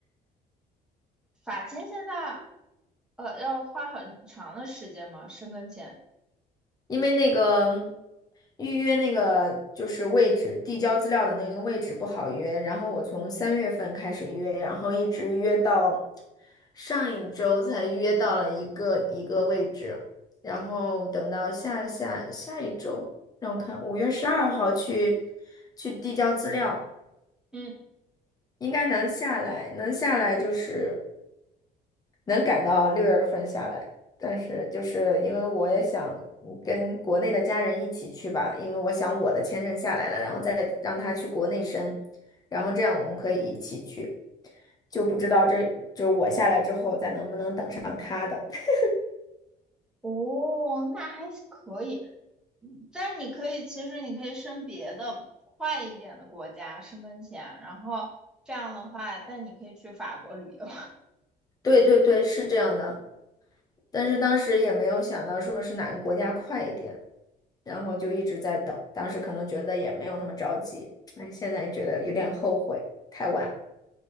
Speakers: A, in the centre; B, on the left.
A: 法签现在呃要花很长的时间吗？申根签？
B: 因为那个预约那个就是位置，递交资料的那个位置不好约，然后我从三月份开始约，然后一直约到上一周才约到了一个一个位置，然后等到下下下一周，让我看五月十二号去去递交资料，
A: 嗯，
B: 应该能下来，能下来就是。能赶到六月份下来，但是就是因为我也想嗯跟国内的家人一起去吧，因为我想我的签证下来了，然后再让他去国内申，然后这样我们可以一起去，就不知道这就是我下来之后再能不能等上他的。<laughs>
A: 哦，那还是可以。嗯但你可以，其实你可以申别的快一点的国家申根签，然后这样的话，但你可以去法国旅游。
B: 对对对，是这样的，但是当时也没有想到说是哪个国家快一点，然后就一直在等，当时可能觉得也没有那么着急，哎，现在觉得有点后悔，太晚了，